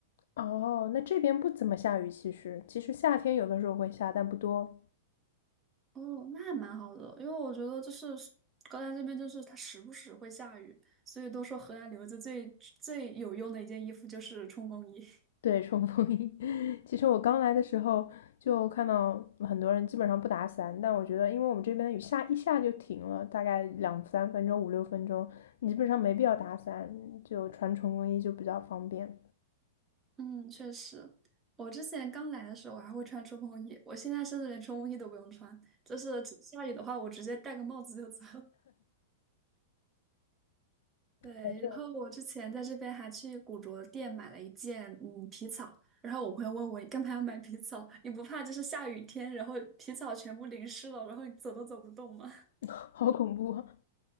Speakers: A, on the left; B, on the right.
A: 哦，那这边不怎么下雨，其实其实夏天有的时候会下，但不多。
B: 哦，那还蛮好的，因为我觉得就是高丹这边就是它时不时会下雨，所以都说河南留子最最有用的一件衣服就是冲锋衣。<laughs>
A: 对，冲锋衣。<laughs> 其实我刚来的时候就看到很多人基本上不打伞，但我觉得，因为我们这边的雨下一下就停了，大概两三分钟、五六分钟，你基本上没必要打伞，就穿冲锋衣就比较方便。
B: 嗯，确实，我之前刚来的时候我还会穿冲锋衣，我现在甚至连冲锋衣都不用穿，就是只下雨的话，我直接戴个帽子就走。对，
A: 对，这
B: 然后我之前在这边还去古着店买了一件嗯皮草，然后我朋友问我你干嘛要买皮草？你不怕就是下雨天，然后皮草全部淋湿了，然后你走都走不动吗？
A: <laughs> 好恐怖啊！